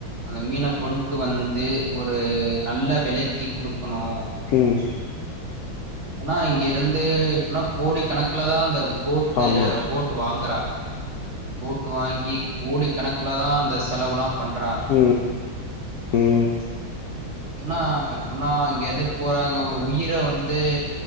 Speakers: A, on the right; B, on the left.
A: அந்த மீனை கொண்டு வந்து ஒரு நல்ல விலைக்கு குடு குனும்
B: ம்
A: ஏன்னா இங்க இருந்து எப்பின்னா கோடி கணக்குலதான் அந்த போட்டுர
B: ஆமா
A: போட்டு வாங்குறாங்க போட்டு வாங்கி கோடி கணக்கல தான் அந்த செலவுலாம் பண்றாங்க
B: ம் ம்
A: ஏன்னா எப்படின்னா இங்க இருந்து போறாங்க ஒரு உயிரை வந்து